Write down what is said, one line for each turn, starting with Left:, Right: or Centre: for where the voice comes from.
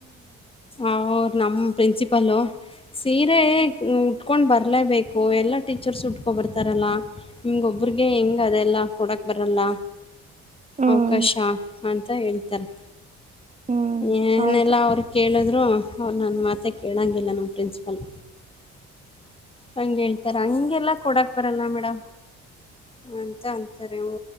Left: ಅವರು ನಮ ಪ್ರಿನ್ಸಿಪಲೂ. ಸೀರೆ ಉಟ್ಕೊಂಡ್ ಬರ್ಲೇಬೇಕು ಎಲ್ಲಾ ಟೀಚರ್ಸ್ ಉಟ್ಕೊ ಬರ್ತಾರಲ್ಲಾ ನಿಮ್ಗೊಬ್ಬ ಒಬ್ಬರ್ಗೆ ಹೆಂಗ ಅದೆಲ್ಲ ಕೊಡಕ್ ಬರಲ್ಲ.
Right: ಹ್ಮ್
Left: ಅವಕಾಶ ಅಂತ ಹೇಳ್ತಾರೆ.
Right: ಹ್ಮ್
Left: ಏನೆಲ್ಲಾ
Right: ಹೌದು
Left: ಅವರು ಕೇಳಿದ್ರು ಅವ ನನ್ ಮಾತೆ ಕೇಳೋಂಗಿಲ್ಲ ನಮ್ಮ ಪ್ರಿನ್ಸಿಪಲ್. ಹಂಗ ಹೇಳ್ತಾರ ಹಂಗೆಲ್ಲಾ ಕೊಡಕ್ ಬರಲ್ಲ ಮೇಡಮ್. ಅಂತ ಅಂತಾರೆ ಓ